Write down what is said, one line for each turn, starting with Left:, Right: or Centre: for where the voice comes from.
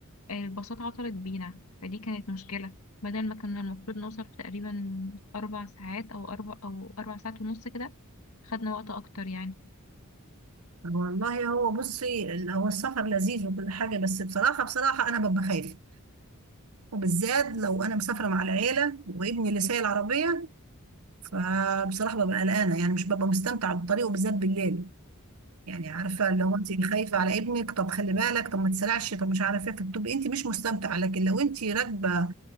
Left: آه، الباصات عطلت بينا فدي كانت مشكلة بدل ما كنا المفروض نوصل في تقريبا أربع ساعات أو أربع أو أربع ساعات ونص كده خدنا وقت أكتر يعني
Right: والله هو بصي ال- هو السفر لذيذ وكل حاجة بس بصراحة بصراحة أنا ببقى خايفة وبالذات لو أنا مسافرة مع العيلة وابني اللي سايق العربية فبصراحة ببقى قلقانة يعني مش ببقى مستمتعة بالطريق وبالذات بالليل يعني عارفه لو انت خايفه على ابنك طب خلي بالك طب ما تسرعش طب مش عارفه ايه بتبقي انت مش مستمتعه لكن لو انت راكبه